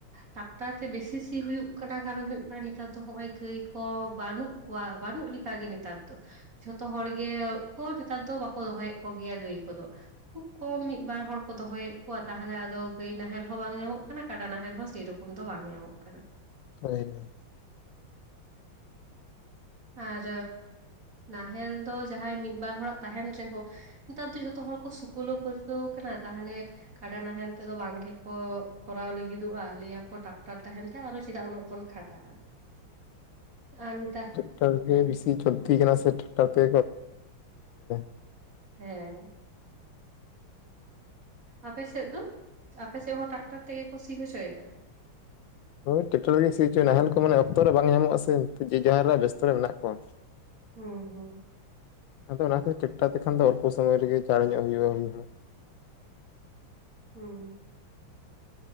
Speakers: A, on the right; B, on the left.
A: ᱴᱟᱠᱴᱟᱨ ᱛᱮ ᱵᱮᱥᱤ ᱥᱤ ᱦᱩᱭᱩᱜ ᱠᱟᱱᱟ ᱠᱟᱨᱚᱱ ᱦᱩᱭᱩᱜ ᱠᱟᱱᱟ ᱱᱮᱛᱟᱨ ᱫᱚ ᱦᱚᱜᱼᱚᱭ ᱜᱟᱹᱭ ᱠᱚ ᱵᱟᱹᱱᱩᱜ ᱠᱚᱣᱟᱜ ᱵᱟᱹᱱᱩᱜ ᱞᱮᱠᱟᱜ ᱜᱮ ᱱᱮᱛᱟᱨ ᱫᱚ᱾ ᱡᱷᱚᱛᱚ ᱦᱚᱲ ᱜᱮ ᱠᱚ ᱱᱮᱛᱟᱨ ᱫᱚ ᱵᱟᱠᱚ ᱫᱚᱦᱚᱭᱮᱫ ᱠᱚᱜᱮᱭᱟ ᱜᱟᱹᱭ ᱠᱚᱫᱚ᱾ ᱠᱚ ᱢᱤᱫ ᱵᱟᱨ ᱦᱚᱲ ᱠᱚ ᱫᱚᱦᱚᱭᱮᱫ ᱠᱚᱣᱟ ᱛᱟᱦᱚᱞᱮ ᱟᱫᱚ ᱜᱟᱹᱭ ᱱᱟᱦᱮᱞ ᱦᱚᱸ ᱵᱟᱝ ᱧᱟᱢᱚᱜ ᱠᱟᱱᱟ᱾ ᱠᱟᱰᱟ ᱱᱟᱦᱮᱞ ᱦᱚᱸ ᱥᱮᱨᱚᱠᱚᱢ ᱫᱚ ᱵᱟᱝ ᱧᱟᱢᱚᱜ ᱠᱟᱱᱟ᱾
B: <unintelligible>
A: ᱟᱨ ᱱᱟᱦᱮᱞ ᱫᱚ ᱡᱟᱦᱟᱸᱭ ᱢᱤᱫ ᱵᱟᱨ ᱦᱚᱲᱟᱜ ᱛᱟᱦᱮᱱ ᱨᱮᱦᱚᱸ ᱱᱮᱛᱟᱨ ᱫᱚ ᱡᱷᱚᱛᱚ ᱦᱚᱲ ᱠᱚ ᱥᱩᱠᱞᱳ ᱯᱟᱹᱨᱠᱟᱹᱣ ᱠᱟᱱᱟ ᱛᱟᱦᱚᱞᱮ ᱠᱟᱰᱟ ᱱᱟᱦᱮᱞ ᱛᱮᱫᱚ ᱵᱟᱝ ᱜᱮᱠᱚ ᱠᱚᱨᱟᱣ ᱞᱟᱹᱜᱤᱫᱚᱜᱼᱟ, ᱞᱟᱸᱭ ᱟᱠᱚ ᱴᱟᱠᱴᱟᱨ ᱛᱟᱦᱮᱱ ᱟᱨᱚ ᱪᱮᱫᱟᱜ ᱩᱱᱟᱹᱜ ᱵᱚᱱ ᱠᱷᱟᱴᱟᱜᱼᱟ᱾
B: <inaudible>
A: ᱟ ᱱᱤᱛᱟ
B: ᱴᱨᱟᱠᱟᱨ ᱜᱮ ᱵᱤᱥᱤ ᱪᱚᱞᱛᱤ ᱠᱟᱱᱟ ᱥᱮ ᱴᱨᱟᱠᱴᱟᱨ ᱛᱮ <unintelligible>
A: ᱦᱮᱸ ᱟᱯᱮᱥᱮᱫ ᱫᱚ᱾ ᱟᱯᱮᱥᱮᱫ ᱦᱚᱸ ᱴᱨᱟᱠᱴᱟᱨ ᱛᱮᱜᱮ ᱠᱚ ᱥᱤ ᱦᱚᱪᱚᱭᱮᱫᱟ
B: ᱦᱳᱭ ᱴᱨᱟᱠᱴᱚᱨ ᱨᱮᱜᱮ ᱥᱩ ᱪᱚ, ᱱᱟᱦᱮᱞ ᱠᱚ ᱢᱟᱱᱮ ᱚᱠᱛᱚ ᱨᱮ ᱵᱟᱝ ᱧᱟᱢᱚᱜᱼᱟ ᱥᱮ ᱡᱟᱦᱟᱸ ᱵᱮᱥᱛᱚ ᱨᱮ ᱢᱮᱱᱟᱜ ᱠᱚᱣᱟ᱾
A: ᱦᱩᱸ ᱦᱩᱸ
B: ᱟᱫᱚ ᱚᱱᱟᱛᱮ ᱴᱟᱠᱴᱟᱨ ᱛᱮᱠᱷᱟᱱ ᱫᱚ ᱚᱞᱯᱚ ᱥᱚᱢᱚᱭ ᱨᱮᱜᱮ ᱪᱟᱲ ᱧᱚᱜ ᱦᱩᱭᱩᱜ-ᱟ᱾
A: ᱦᱩᱸ